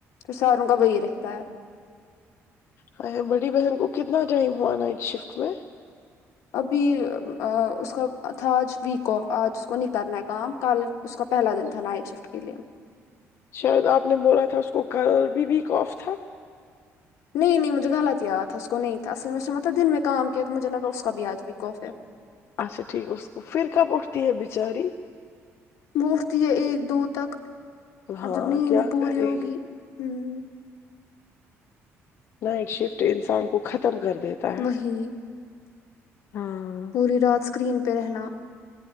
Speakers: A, on the left; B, on the left.
A: سالوں کا وہی رہتا ہے
B: ہاں بڑی بہن کو کتنا ٹائم ہوا نائٹ شفٹ میں
A: ابھی اس کا تھا آج ویک آف آج اس کو نہیں کرنا ہے کام کل اس کا پہلا دن تھا نائٹ شفٹ کے لیے
B: شاید آپ نے بولا تھا اس کو کل بھی ویک آف تھا
A: نہیں نہیں مجھے غلط یاد تھا اس کو نہیں تھا اص میں اس نے مطلب دن میں کام کیا تو مجھے لگا اس کا بھی آج بھی ویک کوف ہے
B: اچھا ٹھیک ہے اس کو پھر کب اٹھتی ہے بچاری
A: وہ اٹھتی ہے ایک دو تک اب
B: ہاں
A: جب نیند
B: کیا
A: پوری
B: کرے
A: ہوگی
B: گی
A: ہوں
B: نائٹ شفٹ انسان کو ختم کر دیتا ہے
A: وہی
B: ہاں
A: پوری رات اسکرین پہ رہنا